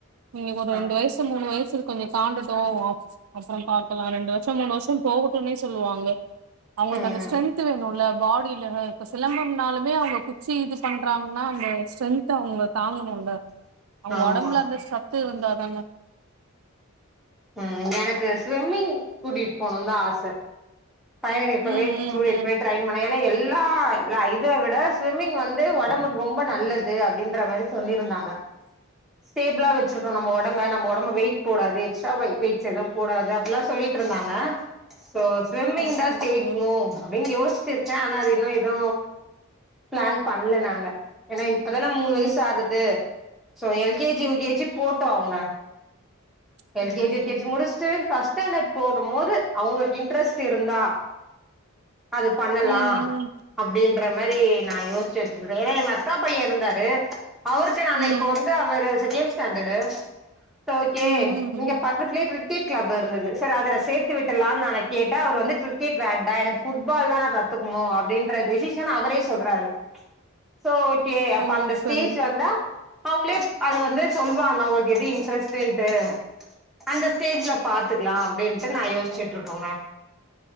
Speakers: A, on the right; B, in the centre.
A: இன்னக்கி ஒரு
B: ஆ
A: ரெண்டு வயசு மூணு வயசு இருக் கொஞ்ச தாண்டாட்டு அப் அப்பறம் பாக்கலா ரெண்டு வருஷ மூணு வருஷ போகட்டுனே சொல்லுவாங்க அவங்களுக்கு
B: ம்
A: அந்த ஸ்ட்ரென்த் வேணுல்ல பாடியில இப்ப சிலம்பம்னாலுமே அவங்க குச்சி இது பண்றாங்னா அந்த ஸ்ட்ரென்த் அவுங்க தாங்கணுல்ல அவங்க
B: ஆமா
A: ஒடம்புல அந்த சத்து இருந்தாதான
B: ம் எனக்கு ஸ்விம்மிங் கூட்டிட்டு போணும்தா ஆச பையன இப்பவே
A: ம் ம்
B: கூட்டிட்டு
A: ம்
B: போய் ட்ரெயின் பண்ண ஏனா எல் லா இல்ல இத விட ஸ்விம்மிங் வந்து ஒடம்புக்கு ரொம்ப நல்லது அப்டின்ற மாரி சொல்லிருந்தாங்க ஸ்டேபிளா வச்சுருக்கு நம்ம ஒடம்ப நம்ம ஒடம்ப வெயிட் போடாது எக்ஸ்ட்ரா வெ வெயிட்ஸ் எதுவு போடாது அப்டிலா சொல்லிட்ருந்தாங்க சோ ஸ்விம்மிங்தா
A: ஓகே
B: சேக்ணு
A: ஓகே
B: அப்டினு யோசி ச்சிருக்கே ஆனா அது இன்னு எது பிளான் பண்ல நாங்க ஏனா இப்பதான மூணு வயசு
A: ம்
B: ஆறது சோ எல்கேஜி யுகேஜி போட்டோ அவுன்ன
A: சரி
B: எல்கேஜி யுகேஜி
A: சரி
B: முடிஷ்ட்டு் ஃபஸ்ட்டாண்டட் போகுமோது அவுங்கள்க் இ ட்ரஸ்ட் இருந்தா அது பண்ணலா
A: ம்
B: அப்டின்ற மேரி நா யோஸ்ச்சு வச்சின்குறே என் அக்கா பைய இருந்தாரு அவுர்க்கு நா
A: ம்
B: நை இப்போ வந்து அவரு செக்கேன்ஸ் தேன்டடு சோக்கே
A: ம் ம் ம்
B: ஒங்க
A: ம்
B: பக்கத்துலே வீ கீட் க்ளப் இர்ந்துது சர் அதுல சேத்து விட்டலான் நான கேட்டா அவுரு வந்து க்ரிக்கெட் வேண்டா எனக் ஃபுட்பால் தா நா கத்துக்குணு அப்டின்ற டெசிஷன் அவரே சொல்றாரு சோ கே அப்ப
A: ஓ
B: அந்த
A: சரி
B: ஸ்டேஜ் வந்தா அவுங்ளேப் அது வந்து சொல்வாங்க அவுங்கள்க்கு எது இன்ட்ரஸ்ட்டூன்ட்டு அந்த ஸ்டேஜ்ல பாத்துக்கலா அப்டின்ட்டு நா யோஸ்ச்சுட்ருக்குமே